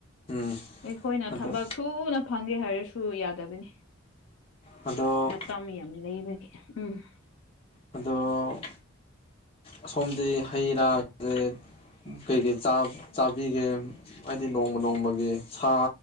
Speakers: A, on the left; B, on the left.
A: ꯎꯝ
B: ꯑꯩꯈꯣꯏꯅ
A: ꯑꯗꯣ
B: ꯊꯕꯛ ꯊꯨꯅ ꯐꯪꯒꯦ ꯍꯥꯏꯔꯁꯨ ꯌꯥꯗꯕꯅꯤ
A: ꯑꯗꯣ
B: ꯇꯝ ꯌꯥꯝ ꯂꯩꯕꯒꯤ ꯎꯝ
A: ꯑꯗꯣ ꯑꯁꯣꯝꯗꯤ ꯍꯩ ꯔꯥꯁꯦ ꯀꯩꯀꯩ ꯆꯥꯕꯤꯒꯦ ꯍꯥꯏꯗꯤ ꯅꯣꯡꯃ ꯅꯣꯡꯃꯒꯤ ꯁꯥ